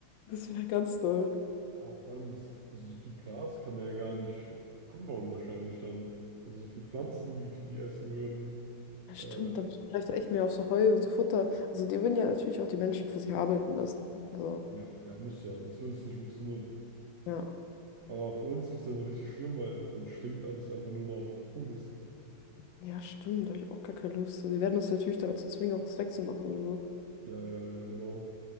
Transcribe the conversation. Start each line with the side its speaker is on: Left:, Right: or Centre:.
Left: das wär ganz doll.
Right: Boah, vor allem, das, also so viel Gras kann man ja gar nicht anbauen wahrscheinlich dann. Also so viel Pflanzen, wie viel die essen würden.
Left: Ja, stimmt,
Right: Äh,
Left: da muss man vielleicht echt mehr auf so Heu und so Futter. Also die würden ja natürlich auch die Menschen für sich arbeiten lassen. So,
Right: ja, ja, muss ja, sonst würde es nicht funktionieren.
Left: ja.
Right: Aber für uns wird es dann so richtig schlimm, weil dann stinkt alles einfach nur nach Kuhmist.
Left: Ja, stimmt, da habe ich auch gar keine Lust. So, die werden uns natürlich dazu zwingen, auch was wegzumachen und so.
Right: Ja, ja, ja, genau.